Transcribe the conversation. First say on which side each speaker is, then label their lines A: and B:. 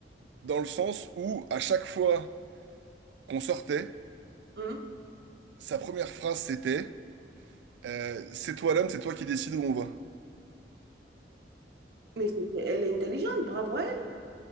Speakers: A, on the right (about 80°); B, on the right (about 60°).
A: dans le sens où à chaque fois... qu'on sortait,
B: Hein?
A: sa première phrase c'était euh, C'est toi l'homme, c'est toi qui décides où on va.
B: Mais c'est- elle est intelligente, bravo à